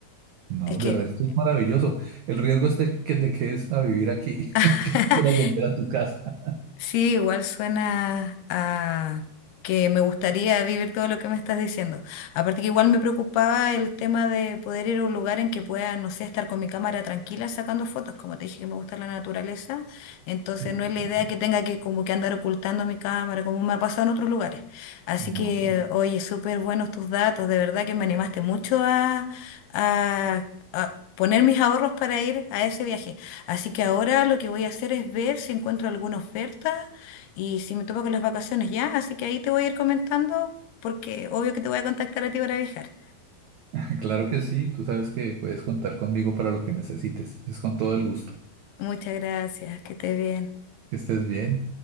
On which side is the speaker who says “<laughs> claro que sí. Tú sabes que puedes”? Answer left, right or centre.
Right